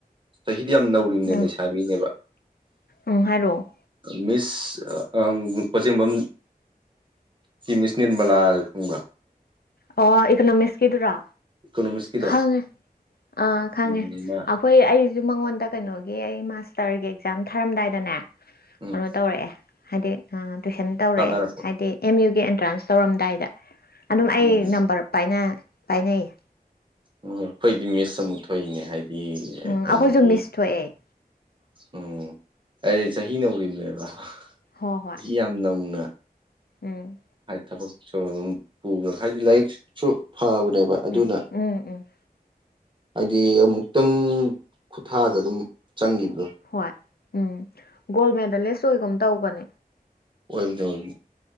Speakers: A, on the right (about 30°); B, on the left (about 80°).
A: ꯁꯤꯗꯤ ꯌꯥꯝ ꯅꯧꯔꯤꯅꯦꯕ
B: ꯎꯝ
A: ꯂꯩꯁꯥꯕꯤꯅꯦꯕ
B: ꯎꯝ ꯍꯥꯏꯔꯛꯑꯣ
A: ꯃꯤꯁ ꯑ ꯀꯆꯤꯡꯕꯝ ꯁꯤ ꯃꯤꯁꯅꯦꯟꯕꯂꯨꯝꯕ
B: ꯑꯣ ꯏꯀꯣꯅꯣꯃꯤꯛꯁꯀꯤꯗꯨꯔꯥ
A: ꯏꯀꯣꯅꯣꯃꯤꯛꯁꯀꯤꯗꯣ
B: ꯈꯪ ꯉꯦ ꯑꯥ ꯈꯪꯉꯦ
A: ꯎꯝ ꯃꯥ
B: ꯑꯩꯈꯣꯏ ꯑꯩꯁꯨ ꯃꯉꯣꯟꯗ ꯀꯩꯅꯣꯒꯤ ꯑꯩ ꯇꯔꯒꯤ ꯑꯦꯛꯖꯥꯝ ꯊꯥꯔꯝꯗꯥꯏꯗꯅꯦ
A: ꯎꯝ
B: ꯀꯩꯅꯣ ꯇꯧꯔꯛꯑꯦ ꯍꯥꯏꯗꯤ ꯇꯨꯏꯁꯟ ꯇꯧꯔꯛꯑꯦ
A: ꯇꯥꯟꯅꯔꯛꯄ
B: ꯍꯥꯏꯗꯤ ꯑꯦꯝ ꯌꯨꯒꯤ ꯑꯦꯟꯇ꯭ꯔꯥꯟꯁ ꯇꯧꯔꯝꯗꯥꯏꯗ ꯑꯗꯨꯝ
A: ꯎꯝ
B: ꯑꯩ ꯅꯝꯕꯝꯕꯔ ꯄꯥꯏꯅ ꯄꯥꯏꯅꯩꯌꯦ
A: ꯎ ꯑꯩꯈꯣꯏꯗꯤ ꯃꯤꯁ ꯑꯃꯨꯛ ꯊꯣꯛꯏꯅꯦ ꯍꯥꯏꯗꯤ
B: ꯎꯝ
A: ꯀꯩꯅꯣꯒꯤ
B: ꯑꯩꯈꯣꯏꯁꯨ ꯃꯤꯁ ꯊꯣꯛꯑꯦ
A: ꯎꯝ ꯑꯩ ꯆꯍꯤ ꯅꯧꯔꯤꯕꯅꯦꯕ
B: ꯍꯣꯏ ꯍꯣꯏ
A: ꯆꯍꯤ ꯌꯥꯝ ꯅꯧꯅ
B: ꯎꯝ
A: ꯊꯕꯛꯁꯨ ꯑꯗꯨꯝ ꯄꯨꯈ꯭ꯔꯒ ꯍꯥꯏꯗꯤ ꯂꯥꯏꯔꯤꯛꯁꯨ ꯐꯕꯅꯦꯕ ꯑꯗꯨꯅ
B: ꯎꯝ ꯎꯝ ꯎꯝ
A: ꯍꯥꯏꯗꯤ ꯑꯃꯨꯛꯇꯪ ꯈꯨꯠꯊꯥꯗ ꯑꯗꯨꯝ ꯆꯪꯈꯤꯕ꯭ꯔꯥ
B: ꯍꯣꯏ ꯎꯝ ꯒꯣꯜ ꯃꯦꯗꯂꯤꯁ ꯑꯣꯏꯒꯨꯝ ꯇꯧꯕꯅꯦ
A: ꯑꯣꯏꯕꯗ ꯑꯣꯏ